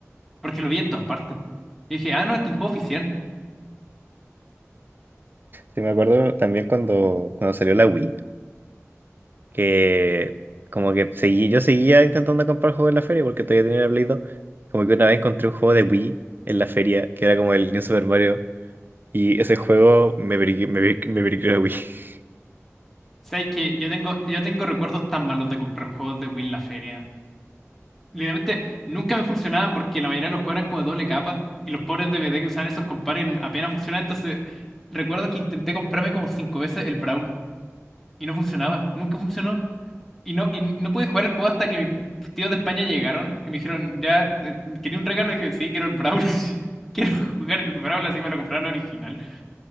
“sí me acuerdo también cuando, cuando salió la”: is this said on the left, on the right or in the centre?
Right